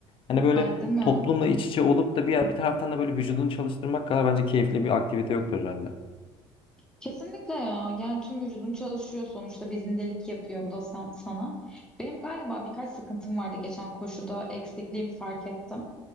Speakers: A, on the left; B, in the centre.
A: Hani böyle
B: Ay değil mi?
A: toplumla iç içe olup da bir, bir taraftan da böyle vücudunu çalıştırmak kadar bence keyifli bir aktivite yoktur herhalde.
B: Kesinlikle ya. Yani tüm vücudum çalışıyor sonuçta. Bir zindelik yapıyor bu da san- sana. Benim galiba birkaç sıkıntım vardı geçen koşuda. Eksikliğimi fark ettim.